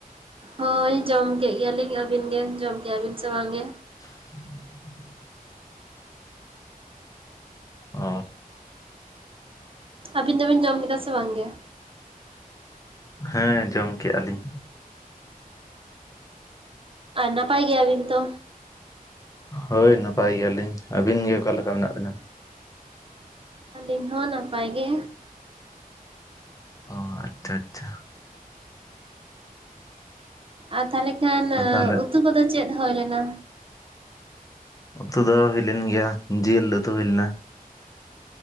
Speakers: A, on the right; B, on the left.
A: ᱦᱳᱭ ᱡᱚᱢ ᱠᱮᱜ ᱜᱮᱭᱟᱞᱤᱧ ᱟᱹᱵᱤᱱ ᱜᱮ ᱡᱚᱢ ᱠᱮᱜᱼᱟᱵᱤᱱ ᱥᱮ ᱵᱟᱝ ᱜᱮ?
B: <inaudible> ᱚ
A: ᱟᱹᱵᱤᱱ ᱫᱚᱵᱤᱱ ᱡᱚᱢ ᱠᱮᱫᱟ ᱥᱮ ᱵᱟᱝ ᱜᱮ
B: ᱦᱮᱸ ᱡᱚᱢ ᱠᱮᱜᱼᱟ ᱞᱤᱧ᱾
A: ᱚ ᱟᱨ ᱱᱟᱯᱟᱭ ᱜᱮᱭᱟ ᱵᱤᱱ ᱛᱚ?
B: ᱦᱳᱭ ᱱᱟᱯᱟᱭ ᱜᱮᱭᱟᱞᱤᱧ ᱟᱹᱵᱤᱱ ᱜᱮ ᱚᱠᱟᱞᱮᱠᱟ ᱢᱮᱱᱟᱜ ᱵᱤᱱᱟ?
A: ᱟᱹᱞᱤᱧ ᱦᱚᱸ ᱱᱟᱯᱟᱭ ᱜᱮ᱾
B: ᱚ ᱟᱪᱪᱷᱟ ᱟᱪᱪᱷᱟ
A: ᱟᱨ ᱛᱟᱞᱦᱮ ᱠᱷᱟᱱ
B: ᱟᱨ ᱛᱟᱦᱚᱞᱮ
A: ᱩᱛᱩ ᱠᱚᱫᱚ ᱪᱮᱫ ᱦᱳᱭ ᱞᱮᱱᱟ?
B: ᱩᱛᱩ ᱫᱚ ᱦᱩᱭ ᱞᱮᱱ ᱜᱮᱭᱟ ᱡᱮᱞ ᱩᱛᱩ ᱦᱩᱭ ᱞᱮᱱᱟ᱾